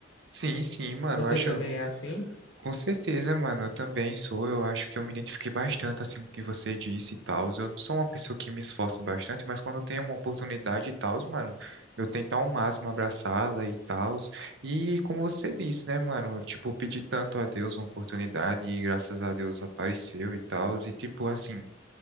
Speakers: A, on the right; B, on the left.
A: Sim, sim, mano.
B: Você
A: Eu acho
B: também é assim?
A: Com certeza, mano, eu também sou. Eu acho que eu me identifiquei bastante assim com o que você disse e tal. Eu não sou uma pessoa que me esforça bastante, mas quando eu tenho uma oportunidade e tal, mano, eu tento ao máximo abraçá-la e tal. E como você disse, né, mano, tipo, eu pedi tanto a Deus uma oportunidade e graças a Deus apareceu e tal. E tipo assim,